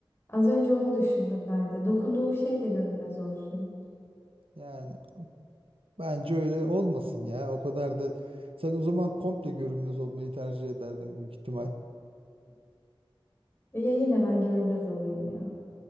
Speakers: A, on the left; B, on the right.
A: Az önce onu düşündüm ben de. Dokunduğum şey de görünmez olsun.
B: Yani bence öyle olmasın ya. O kadar da sen o zaman komple görünmez olmayı tercih ederdin büyük ihtimal.
A: E, Ya yine ben görünmez olayım ya.